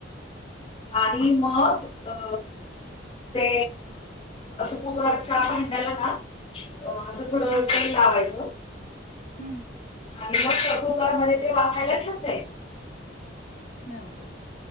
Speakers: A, on the left; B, on the left.
A: आणि मग अ. ते सुपुकरच्या म्हांडला ना. अ थोडं
B: हम्म
A: तेल लावायचं.
B: हम्म
A: आणि मग प्रुकार मध्ये ते वाकाायला ठेक जायचं
B: नाहीव का.